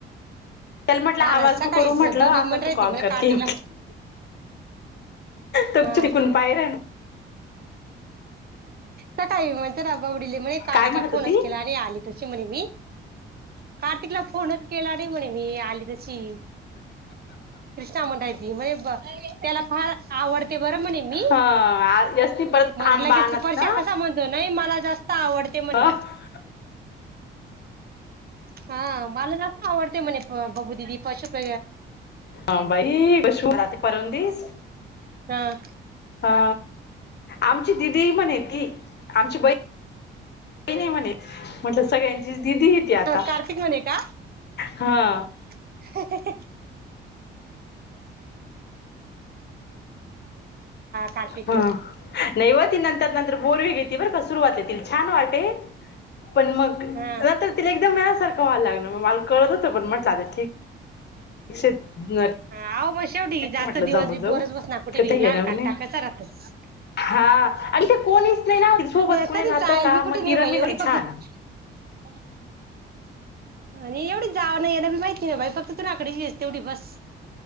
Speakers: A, on the left; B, on the right.
A: चल म्हटलं हा
B: ना
A: वर्क
B: सकाळीच
A: करू म्हटलं
B: बबी
A: असं
B: म्हण
A: असं
B: राहती
A: कॉल
B: म्हणे
A: करते
B: कार्तिकला
A: तो
B: हा
A: चिकून पाही राहिला
B: स काय म्हणत ना बावडले म्हणे कार्तिकला
A: काय म्हणत
B: फोनच
A: होती
B: केला आणि आले तशी म्हणे मी कार्तिकला फोनच केला नाही म्हणे मी आली तशी कृष्णा म्हणताय त म्हणजे त्याला फार आवडते पर म्हणे मी
A: हा यशनी परत
B: मग
A: आंबा
B: लगेच
A: आणत
B: परशा
A: ना
B: कसा म्हणतो ना. नाही मला जास्त आवडते म्हने.
A: हा
B: हा मला जास्त आवडते म्हणे बबू दिदी पशप
A: हा बाई क शु रात्री परवून दिस.
B: ह
A: हा आमची दिदी म्हणे ती आमची बहीण नाही म्हणे म्हटलं सगळ्यांचीच दिदी ती आता.
B: कार्तिक म्हणे का
A: हा.
B: <unintelligible> कार्तिक
A: हा
B: न <inaudible>
A: नाही व ती नंतर नंतर बोरवे घेती बरं का सुरुवातला तिला छान वाटे पण मग नंतर
B: हा
A: तिला एकदम मिळ्या सारखं व्हायला लागल मग मला करळत होतं म्हटलं आता ठीक <unintelligible>
B: हा आहो म शेवटी जास्त
A: म्हटलं जाऊ
B: दिवस बी
A: जाऊ
B: बोरच बस ना कुठे
A: कथ
B: बी
A: घेणार
B: लहान
A: म्हणे
B: काढता कसं राहतच.
A: हा आणि ते कोणीच नाही ना सोबत
B: ते
A: कोणी
B: कधी
A: राहतं
B: जायला
A: का
B: बी
A: मग
B: कुठे नाही
A: तिर
B: बाई
A: मी
B: एवढी फक्त
A: छान
B: <inaudible> आणि एवढी जाव नाही या ना बी माहिती ना बाई फक्त तु ना आकडेस तेवढी बस.